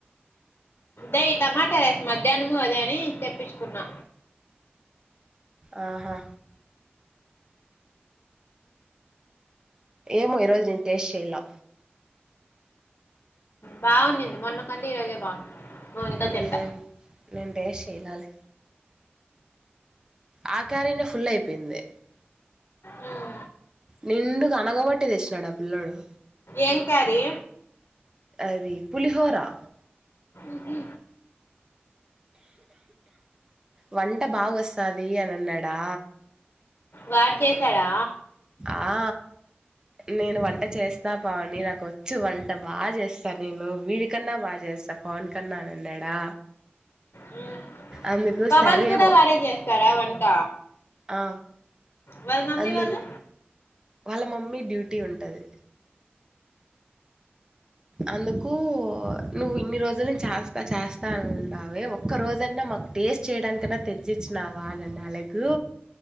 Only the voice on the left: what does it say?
అదే టమాటా రైస్ మధ్యాహ్నము అదే అని తెప్పించు కున్నా
బాగునింది మొన్నకంటే ఈ రజే బాగుంది మౌనిక
చెప్ప
హ్మ్.
ఏం క్యారీ
ఉహు
వాడు చేశాడా
హ్మ్.
పవన్
కూడా
వారే చేస్తారా వంట
వాళ్ళ మమ్మీ
వాళ్ళు?